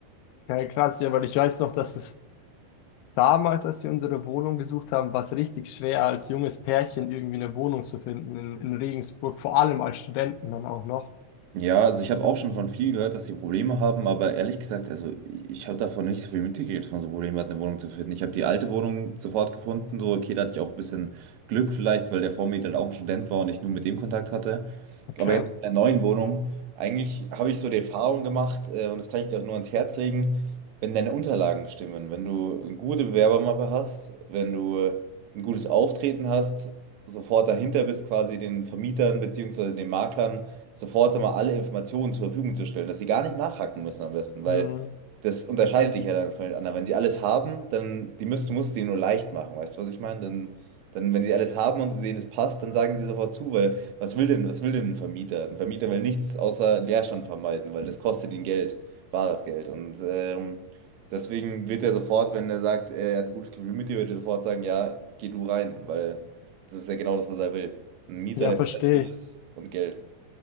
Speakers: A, on the left; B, on the right.
A: Ja, krass, ja, weil ich weiß noch, dass es damals, als wir unsere Wohnung gesucht haben, war es richtig schwer, als junges Pärchen irgendwie eine Wohnung zu finden in, in Regensburg, vor allem als Studenten dann auch noch.
B: Ja, also ich habe auch schon von vielen gehört, dass sie Probleme haben, aber ehrlich gesagt, also ich habe davon nicht so viel mitgekriegt, dass man so Probleme hat, eine Wohnung zu finden. Ich habe die alte Wohnung sofort gefunden, so okay, da hatte ich auch ein bisschen Glück vielleicht, weil der Vormieter halt auch ein Student war und ich nur mit dem Kontakt hatte.
A: Okay.
B: Aber Mhm. jetzt in der neuen Wohnung, eigentlich habe ich so die Erfahrung gemacht äh, und das kann ich dir auch nur ans Herz legen, wenn deine Unterlagen stimmen, wenn du eine gute Bewerbermappe hast, wenn du äh, ein gutes Auftreten hast, sofort dahinter bist quasi den Vermietern beziehungsweise den Maklern sofort immer alle Informationen zur Verfügung zu stellen, dass sie gar nicht nachhaken müssen am besten, weil
A: Mhm.
B: das unterscheidet dich ja dann von den anderen. Wenn sie alles haben, dann die müsst, du musst denen nur leicht machen, weißt du, was ich meine? Dann, dann, wenn sie alles haben und sie sehen, es passt, dann sagen sie sofort zu, weil was will denn, was will denn ein Vermieter? Ein Vermieter will nichts außer Leerstand vermeiden, weil das kostet ihn Geld, bares Geld. Und ähm, deswegen wird er sofort, wenn er sagt, er hat ein gutes Gefühl mit dir, wird er sofort sagen, ja, geh du rein, weil das ist ja genau das, was er will. Ein Mieter,
A: Ja,
B: der
A: verstehe
B: verlässlich
A: ich.
B: ist und Geld.